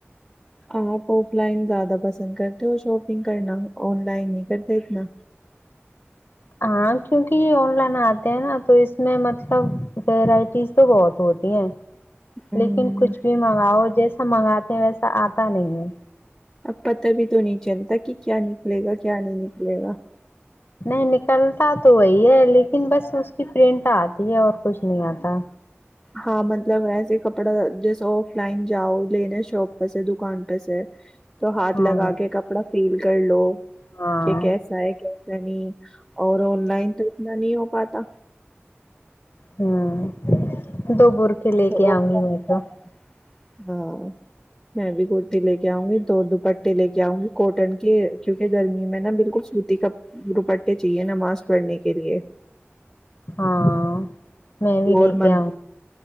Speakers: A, in the centre; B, on the left.
A: آپ آف لائن زیادہ پسند کرتے ہو شاپنگ کرنا آن لائن نہیں کرتے اتنا
B: ہاں کیونکہ یہ آن لائن آتے ہیں نا تو اس میں مطلب ویرائٹیز تو بہت ہوتی ہیں
A: ہوں،
B: لیکن کچھ بھی منگاؤ جیسا منگاتے ہیں ویسا آتا نہیں ہے
A: پت بھی تو نہیں چلتا کہ کیا نکلے گا کیا نہیں نکلے گا
B: نہیں نکلتا تو وہی ہے لیکن بس اس کی پرنٹ آتی ہے اور کچھ نہیں آتا
A: ہاں مطلب ایسے کپڑا جیسا آف لائن جاؤ لینے شاپ پہ سے دکان پہ سے تو ہاتھ
B: ہاں
A: لگا کے کپڑا پیل ک لو
B: ہاں
A: کہ کیسا ہے کیسا نہیں اور آن لائن تو نا نہیں ہو پاتا
B: ہوں دو بر اے لے
A: تو
B: کے
A: آف
B: آؤں گی
A: لائن
B: میں تو
A: ہاں میں بھی کرتی لے کے آؤں گی دو دوپٹے لے کے آؤں گی کوٹن کے کیونکہ گرمی میں نے بالکل سوتی کپ دپٹے چاہیے ن ماسک پڑھنے کے لیئے
B: ہاں میں بھی
A: اور
B: لے کے
A: مل
B: آؤں